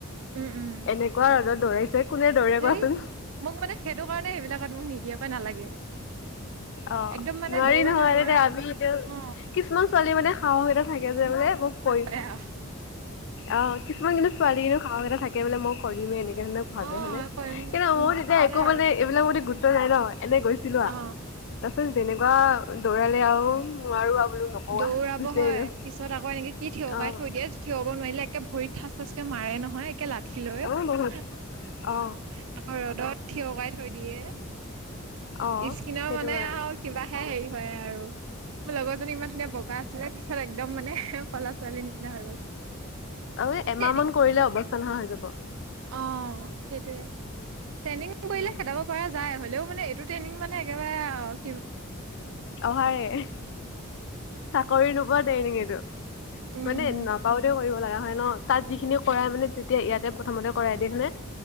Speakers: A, on the right (about 70°); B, on the left (about 55°).
A: উম উম
B: এনেকুৱা ৰদত দৌৰাইছে কোনে দৌৰে
A: সেই
B: কোৱাচোন
A: মোক মানে সেইটো কাৰণে সেইবিলাকত মোক নিদিয়ে কয় নালাগে।
B: অ নোৱাৰি
A: একদম মানে দৌৰাটো
B: নহয়
A: দৌৰা
B: তেতিয়া আমি এতিয়া
A: অ
B: কিছুমান ছোৱালী মানে সাহস এটা থাকে যে মানে মোক কৰি
A: অ
B: অ কিছুমান কিন্তু ছোৱালীও সাহস এটা থাকে বোলে মই কৰিমে এনেকে ধৰণে ভাবে
A: অ
B: হেনে
A: কৰিম
B: কিন্তু
A: উম
B: মোৰ তেতিয়া
A: সেয়াই
B: একো মানে এইবিলাক প্ৰতি গু ৰুত্ব নাই ন এনে গৈছিলো
A: অ
B: তাৰ পিছত যেনেকুৱা দৌৰালে আৰু নোৱাৰো আৰু বোলো নকওঁ
A: দৌৰাব
B: আ গুচি
A: হয়
B: আহিলো।
A: পিছত আকৌ এনেকে কি থিয়কাই
B: অ'।
A: থৈ দিয়ে থিয় হব নোৱাৰিলে একে ভৰিত ঠাচ ঠাচকে মাৰে নহয় লাঠি লৈ,
B: অ বহুত
A: আকৌ
B: অ
A: ৰদত থিয়কাই থৈ দিয়ে
B: অ
A: স্কিনৰ
B: সেইটো
A: মানে
B: কাৰণে
A: আৰু কিবাহে হেৰি হয় আৰু মোৰ লগৰজনী ইমান ধুনীয়া বগা আছিলে পিছত একদম মানে ক'লা ছোৱালীৰ নিচিনা হৈ গ'ল।
B: অ এমাহ
A: ট্ৰেইনিং
B: মান কৰিলে অৱস্থা নহোৱা হৈ যাব
A: অ সেইটোয়ে, ট্ৰেইনিং
B: উ
A: কৰিলে খেদাব পৰা যায় হ'লেও মানে এইটো তুমি মানে একেবাৰে আও কি
B: অহাৰে চাকৰি নোপোৱা ট্ৰেকিং এইটো।
A: উম
B: মানে নাপাওতে কৰিব লগা হয় ন তাত যিখিনি কৰাই মানে তেতিয়া ইয়াতে প্ৰথমতে কৰাই দিয়ে হয়নে